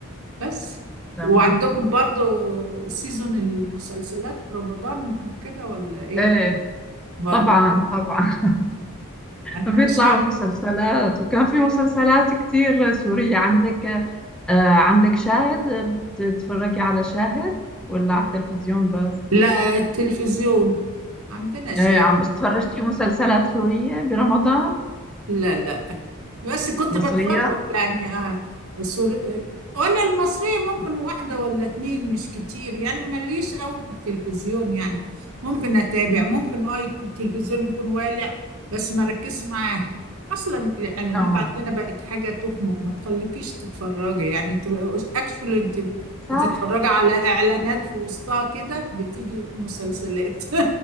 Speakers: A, on the right; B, in the centre.
A: بس
B: تمام
A: وعندكم برضو سيزون المسلسلات في رمضان وكده ولا ايه
B: ايه
A: برضو
B: طبعا طبعا
A: انا
B: بيطلعوا
A: مش عارف
B: مسلسلات وكان في مسلسلات كتير سورية عندك آه، عندك شاهد بتتفرجي على شاهد ولا على التلفزيون بس
A: لا التلفزيون عندنا شيء
B: آه، عم تفرجتي مسلسلات سورية برمضان
A: لا لا بس كنت
B: مصرية
A: بتفرج يعني آه، السور... ولا المصرية ممكن واحدة ولا اتنين مش كتير يعني ماليش قوي في التلفزيون يعني ممكن أتابع
B: مم.
A: ممكن اه يكون التلفزيون يكون والع بس ما ركز معاه أصلا الإعلانات
B: اه
A: عندنا بقت حاجة تخنق ما تخليكيش تتفرجي يعني انت أكشولي انت
B: صح
A: بتتفرجي على إعلانات في وسطها كده بتيجي مسلسلات <laughs>